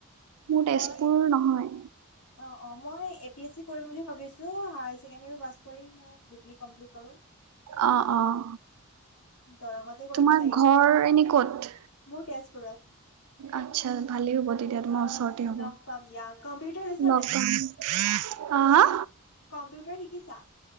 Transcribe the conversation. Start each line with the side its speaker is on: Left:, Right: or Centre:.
Right: মোৰ
Left: মই
Right: তেজপুৰ নহয়
Left: অঁ অঁ মই এ পি এছ চি কৰিম বুলি ভাবিছো, হায়াৰ চেকেণ্ডেৰী পাছ কৰিই ডিগ্ৰী কমপ্লিট কৰো।
Right: অঁ অঁ,
Left: দৰঙতে কৰিম
Right: তোমাৰ
Left: চাগে
Right: ঘৰ এনেই ক'ত?
Left: মোৰ তেজপুৰত।
Right: আচ্ছা ভালেই হ'ব তেতিয়াহলে তোমাৰ ওচৰতে হব,
Left: লগ পাম দিয়া কম্পিউটাৰ লৈছা
Right: লগ
Left: নাই
Right: পাম। অঁ হা।
Left: কম্পিউটাৰ শিকিছা?